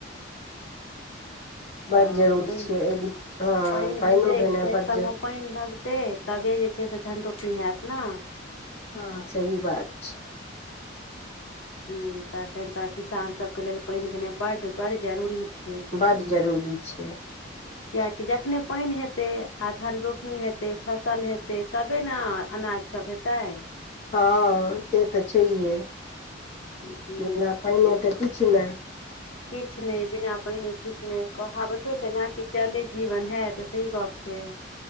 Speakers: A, on the left; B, on the left.
A: <inaudible>
B: बड जरूरी
A: पानि
B: छय एहि बीच हँ
A: पानि
B: पानिओ
A: हेतै
B: भेनाइ
A: खेत
B: बड्ड
A: सभमे
B: ज
A: पानि लगतै तबे जे छै से धन रोपनी हैत ना
B: हँ सही बात छै।
A: जी त अखन तऽ किसान सब के लेल पान भेनाइ बड्ड बड़ जरुरी छै।
B: बड्ड जरूरी छय।
A: <inaudible> कियाकि जखने पानि हेतै आ धन रोपनी हेतै फसल हेतै तबे ने अनाज सब हेतै तइ
B: हँ से तऽ छैे
A: जी
B: बिना पाइने तऽ किछ ने
A: किछ नहि बिना पाइने किछ नहि कहावते छै ने कि जल ही जीवन है तऽ सही गप छै।